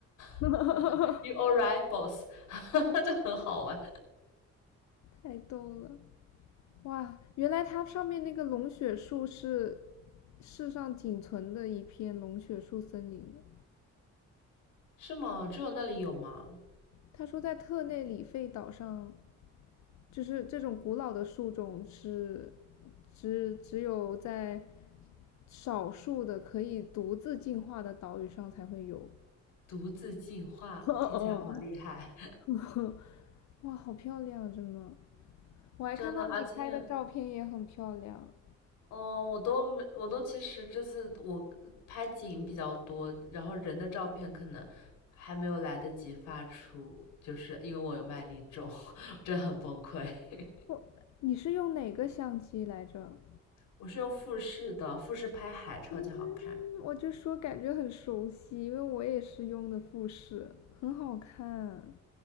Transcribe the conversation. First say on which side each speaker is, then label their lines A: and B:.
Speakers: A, on the left (about 85°); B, on the left (about 65°).
A: <laughs>
B: <laughs>
A: you alright boss”，<laughs> 就很好玩。
B: 太逗了！哇，原来它上面那个龙血树是世上仅存的一片龙血树森林了。
A: 是吗？只有那里有吗？
B: 他说，在特内里费岛上，就是这种古老的树种是只只有在少数的可以独自进化的岛屿上才会有。
A: 独自进化，
B: <laughs> 嗯
A: 听起来好厉害，
B: <laughs> 哇，好漂亮啊，真的！
A: <laughs>
B: 我还看到你拍的照片也很漂亮。
A: 真的。而且哦，我都没，我都其实这次我拍景比较多，然后人的照片可能还没有来得及发出，就是因为我有麦粒肿，<laughs> 真的很崩溃。<laughs>
B: 我，你是用哪个相机来着？
A: 我是用富士的，富士拍海超级好看。
B: 嗯，我就说感觉很熟悉，因为我也是用的富士，很好看。